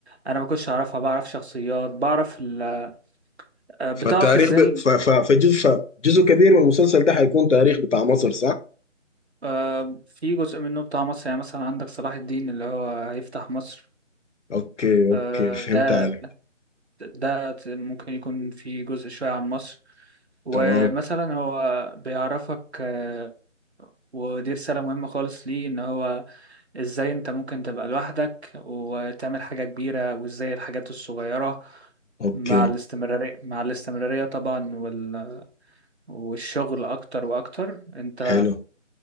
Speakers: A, on the right; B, on the left.
A: أنا ما كنتش أعرفها بعرف شخصيات بعرف ال- آه، بتعرف
B: فالتاريخ
A: إزاي
B: ب...
A: ال-
B: ف... ف... فجزء ف... جزء كبير من المسلسل ده حيكون تاريخ بتاع مصر صح؟
A: آه، في جزء منه بتاع مصر يعني مثلا عندك صلاح الدين اللي هو هيفتح مصر
B: اوكي اوكي
A: آه،
B: فهمت
A: ده
B: عليك
A: ده ممكن يكون في جزء شوية عن مصر ومثلا
B: تمام
A: هو بيعرفك آه، ودي رسالة مهمة خالص ليه إن هو ازاي انت ممكن تبقى لوحدك وتعمل حاجة كبيرة وازاي الحاجات الصغيرة
B: اوكي
A: مع الاستمرارية مع الاستمرارية طبعا وال... والشغل أكتر وأكتر أنت
B: حلو